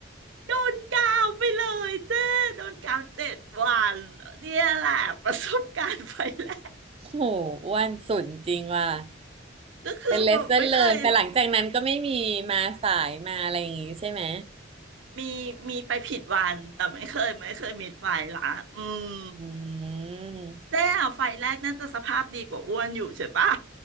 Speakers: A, on the right (about 65°); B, on the right (about 30°).
A: โดนกาวไปเลยเจ้โดนกาวเจ็ดวันเนี่ยแหละประสบการณ์ไฟแล
B: <laughs> โหอ้วนสุดจริงว่ะ
A: ก็คือแบบไม่เคย
B: เป็นเลสเ o อร์เลินแต่หลังจากนั้นก็ไม่มีมาสายมาอะไรอย่างงี้ใช่ไหม
A: มีมีไปผิดวันแต่ไม่เคยไม่เคยมีไฟละอืม
B: อืม
A: เจ๊อะไฟแรกน่าจะสภาพดีกว่าอ้วนอยู่ใช่ปะ